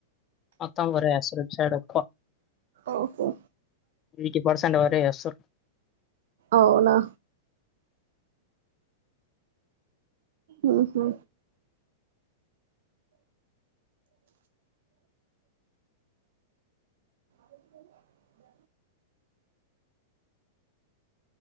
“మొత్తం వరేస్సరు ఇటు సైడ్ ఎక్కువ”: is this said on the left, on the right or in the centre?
Left